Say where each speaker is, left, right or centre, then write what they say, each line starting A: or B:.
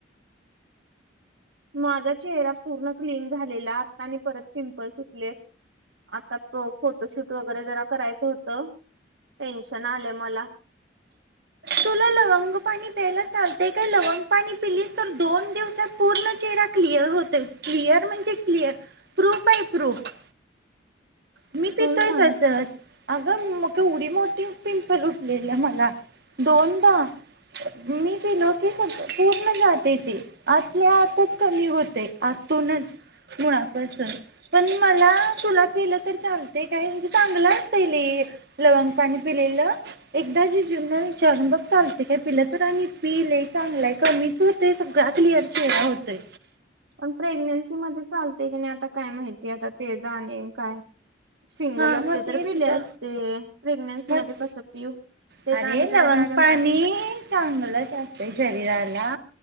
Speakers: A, on the right; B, on the right.
A: माझा चेहरा पूर्ण क्लीन झालेला आत्ता आणि परत पिंपल सुटलेत आता त फोटोशूट वगैरे जरा करायचं होतं टेन्शन आलं मला
B: तुला लवंग पाणी प्यायला चालतय का लवंग पाणी पिलीस तर दोन दिवसात पूर्ण चेहरा क्लिअर होतोय क्लिअर म्हणजे क्लिअर प्रूफ आहे प्रूफ
A: <inaudible>
B: मी
A: कोण
B: पिथच
A: सांग
B: असत अगं मग उडी मोठी पिंपल उठलेली मला दोनदा मी प नो क पूर्ण जात ते ते आतल्या आतच कमी होतय, आतूनच मुळापासून पण मला तुला पिलं तर चांगते काय म्हणजे चांगलं असत ल लवंग पाणी पिलेलं एकदा जिजूनंना शर्ण बग चालत ते हे पिलं तर आणि पि लय चांगलं हाय कमीच होतय सगळा, क्लिअर चेहरा होतोय.
A: पण प्रेग्नेन्सी मध्ये चालते की नाही आता काय माहितीय आता ते जा आणि काय सिंगल
B: हा
A: असते
B: मग तेच
A: तर पिले असते
B: ग
A: प्रेग्नेन्सी
B: मग
A: मध्ये कस पिऊ ते
B: अरे
A: तर आणि काय
B: लवंग
A: बॅडम
B: पाणी
A: पण
B: चांगलंच असतंय शरीराला